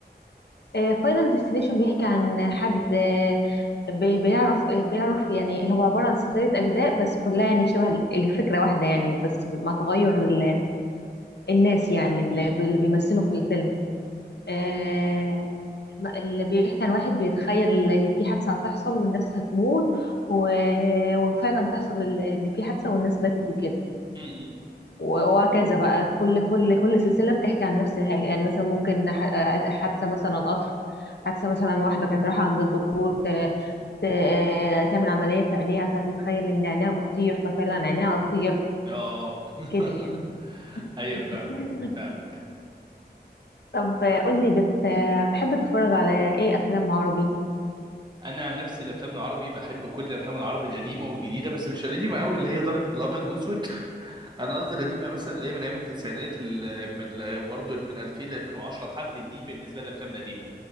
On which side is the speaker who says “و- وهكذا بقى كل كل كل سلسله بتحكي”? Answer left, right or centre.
Left